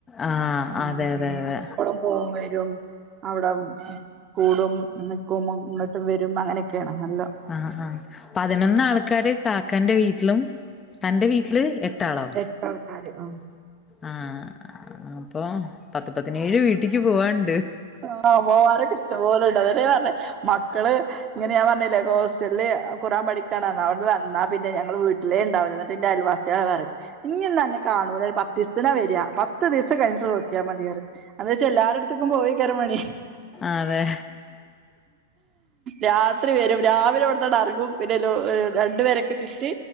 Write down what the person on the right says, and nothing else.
ഉം
ഉം
എപ്പളും. പോകും വരും അവിടെ കൂടും ന്ക്കും ഇങ്ങോട്ടും വരും അങ്ങനെ ക്കേണ് നല്ലൊ
എട്ടാൾക്കാര്. ആഹ്
അത് നൂറാവും. പോവാനൊക്കെ ഇഷ്ടംപോലണ്ട് അതെന്നേ പർഞ്ഞെ മക്കള് ഇങ്ങനെ ഞാൻ പർഞ്ഞിലേ. ഹോസ്റ്റലില് കുറാൻ പഠിക്കാണ് ന്ന്, അവിടുന്ന് വന്നാ പിന്നെ ഞങ്ങള് വീട്ടിലേ ഉണ്ടാവൂല്ല ഇന്നട്ട് ഇന്റെ അയൽവാസി <unintelligible> ന്നറിം ഇഞ്ഞിന്നന്നെ കാണൂല പത്തീസ്‌ത്തിനാ വരാ. പ ത്ത് ദിവസം കഴിഞ്ഞ് ട്ട് നോക്കിയാ മതി പറിം. എന്താച്ചാ എല്ലാരട്ത്ക്കും പോയി മണേ
രാത്രി വരും രാവിലെ ഇവട്ന്നാണ്ട് അർങ്ങും പിന്നെ എല്ലോ രണ്ടുപേരെ ക്കെ ചുറ്റി